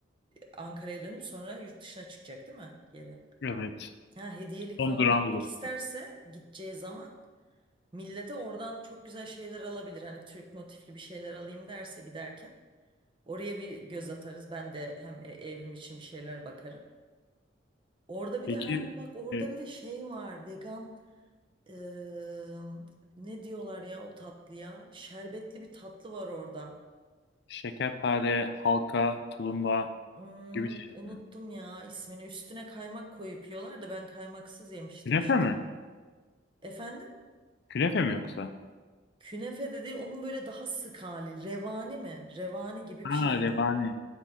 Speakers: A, on the right; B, on the left.
A: Ankara'ya dönüp sonra yurt dışına çıkacak değil mi geri?
B: Evet.
A: Ha, hediyelik
B: Son
A: falan
B: durağımız
A: almak
B: oldu.
A: isterse gideceği zaman Millete oradan çok güzel şeyler alabilir. Hani Türk motifli bir şeyler alayım derse giderken. Oraya bir göz atarız. Ben de hem e- evim için bir şeyler bakarım. Orada bir
B: Peki
A: de ha bak orada
B: e,
A: bir de şey var. Vegan eee, ne diyorlar ya o tatlıya? Şerbetli bir tatlı var orada.
B: Şekerpare, halka, tulumba
A: Hmm,
B: gibi şeyler
A: unuttum
B: mi?
A: ya ismini. Üstüne kaymak koyup yiyorlar da ben kaymaksız yemiştim
B: Künefe
A: işte.
B: mi?
A: Efendim?
B: Künefe mi yoksa?
A: Künefe de değil onun böyle daha sık hali. Revani mi? Revani gibi bir
B: Ha,
A: şeydi.
B: revani.